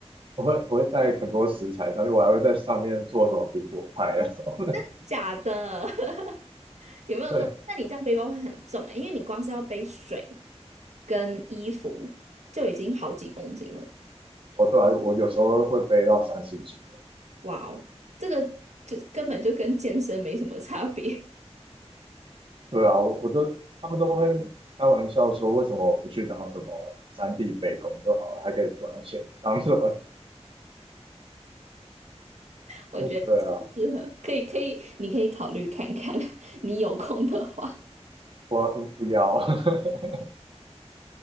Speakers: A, on the right (about 50°); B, on the right (about 80°).
A: 我会我会带很多食材上去，我还会在上面做什么苹果派那种。
B: <laughs> 假的，<laughs>
A: <laughs>
B: 有没有这种？
A: 对
B: 那你这样背包会很重哎、因为你光是要背水跟衣服就已经好几公斤了。
A: 哦，对啊，我有时候会背到三十几个。
B: 哇哦，这个就根本就跟健身没什么差别。
A: 对啊，我我都他们都会开玩笑说，为什么我不去当什么三 D 背工就好了，还可以赚钱，当什么？
B: 我觉得
A: <laughs> 对啊，
B: 适合，可以可以，你可以考虑看看，<laughs> 你有空的话。
A: 我我不要。<laughs>